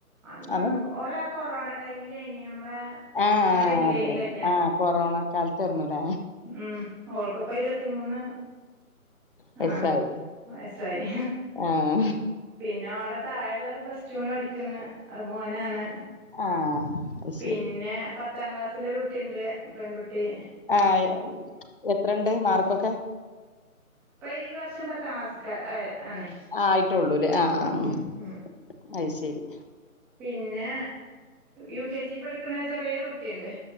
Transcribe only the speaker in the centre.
അന്നൊന്നും
ഓളെ ആ കൊറോണ ടൈമിലേനി നമ്മളെ
ആ ടൈമിലേനി
കല്യാണം
ഉം ഓൾൾക്കിപ്പൊ ഇരുപത്തി മൂന്ന്
ആഹ് വയസ്സായി
പിന്നെ ഓളെ താഴെള്ളത് പ്ലസ് റ്റു ന് പഠിക്കണ് അത് മോനാണ്
പിന്നെ
പത്താം ക്ലാസ്സിലൊരു കുട്ടിണ്ട് പെങ്കുട്ടി
ഇപ്പം ഈ വർഷം പത്താം ക്ലാസ്ക്ക ആയേ ആണ്
ഉം ഉം
പിന്നെ യു കെ ജി പഠിക്കണ ചെറിയൊരു കുട്ടിയുണ്ട്